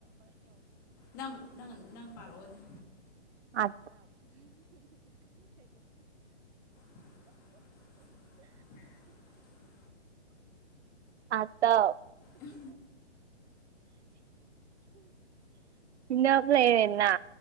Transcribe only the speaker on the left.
ꯅꯪ ꯅꯪ ꯅꯪ ꯄꯥꯔꯛꯑꯣꯅꯤ
<inaudible>
ꯎꯝ